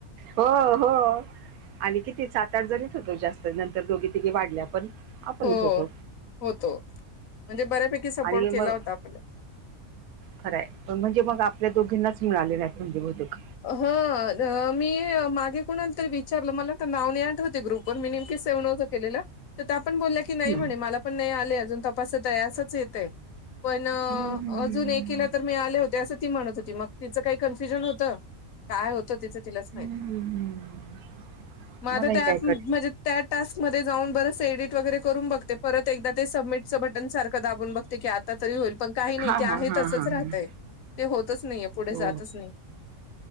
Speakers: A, on the right (about 85°); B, on the left (about 70°).
A: हो हो. आणि किती सात-आठ जणीच होतो जास्त नंतर दोघी तिघे वाढल्या पण आपणच
B: हो
A: होतो
B: होतो म्हणजे बऱ्यापैकी सपोर्ट
A: आणि मग
B: केला होता आपण.
A: खरं आहे पण म्हणजे मग आपल्या दोघींनाच मिळाले नाही आहेत म्हणजे बहुतेक.
B: हा मी मागे कोणाला तरी विचारलं मला तर नाव नाही आठवते ग्रुप पण मिनिम की सेव नवचा केलेला त्या पण बोलले की
A: हम्म
B: नाही म्हणे मला पण नाही आले अजून तपासत आहे असच येतेये पण
A: हम्म हम्म
B: अजून एक किला तर मिळाले होते असं ती म्हणत होती मग तिचं काही कन्फ्युजन होतं. काय होतं तिचं तिलाच
A: हम्म
B: माहित,
A: हम्म हम्म
B: म आता
A: मला हे
B: त्या
A: काय
B: ऐप
A: कळत
B: म्हणजे त्या टास्कमध्ये जाऊन बरसे एडिट वगैरे करून बघते परत एकदा ते सबमिटचं बटन सारखं दाबून बघते की आ ता तरी होईल पण काही नाही
A: हा
B: ते आहे
A: हा हा
B: तसंच
A: हा
B: राहतय
A: ह
B: ते होतच नाहीये पुढे
A: हो
B: जातच नाही.